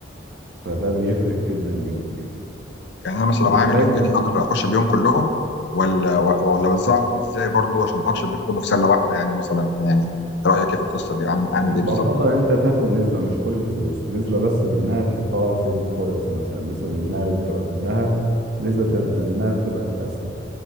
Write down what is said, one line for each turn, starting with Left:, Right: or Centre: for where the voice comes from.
Right: فده بيفرق جدا جدا جدا
Left: يعني انا مثلا
Right: بتحتاج
Left: لو معايا مليون جنيه اقدر اخش بيهم كلهم ولا ولا اوزعهم ازاي برضو عشان ما احطش البيت كله في سله واحده يعني مثلا يعني رايك ايه في القصه دي عامل عامل
Right: بفضل
Left: ايه بالظبط
Right: ان انت تاخد نسبة مش كل الفلوس نسبة بس منها تحطها في الفوركس مثلا نسبة منها تبقى في الذهب نسبة منها تبقى في الاسهم